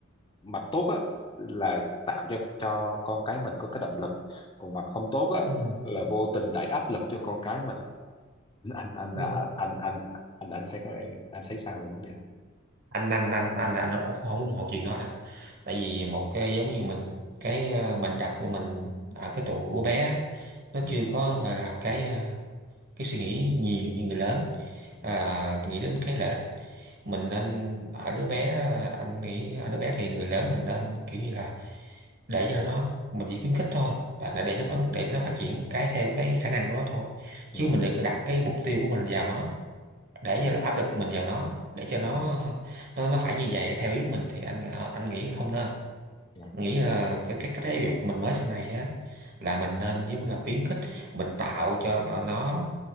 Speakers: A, on the left; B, on the right.
A: mặt tốt á là tạo cho cho con cái mình có cái động lực còn mặt không tốt á
B: ừ,
A: là vô tình đẩy áp lực cho con cái mình <laughs> anh anh
B: ừ.
A: à, anh anh anh anh thấy có anh thấy sao về vấn đề này?
B: anh anh anh anh anh ông không ủng hộ chuyện đó đâu tại vì một cái giống như mình cái ờ, mình đặt cho mình ở cái tuổi của bé á, nó
A: Dạ,
B: chưa có gọi là cái ờ, cái suy nghĩ nhiều như người lớn
A: dạ,
B: à, nghĩ đến cái lợi ích mình nên ở đứa bé anh nghĩ ở đứa bé thì người lớn mình nên kiểu như là để cho nó mình chỉ khuyến khích thôi là là để nó
A: dạ.
B: có để nó phát triển cái theo cái khả năng của nó thôi chứ
A: dạ
B: mình đừng có đặt cái mục tiêu của mình vào nó để
A: dạ
B: cho áp lực mình vào nó để cho nó
A: ừ
B: nó nó phải như vậy theo ý mình thì anh ờ, anh nghĩ không nên
A: dạ
B: nghĩ là cái cái cách giáo dục mình mới sau này á là mình nên giống như là khuyến khích mình tạo cho nó, nó